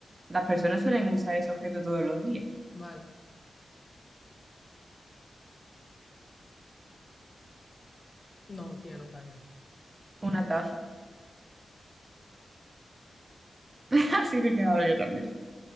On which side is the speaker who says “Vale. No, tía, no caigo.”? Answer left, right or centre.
Left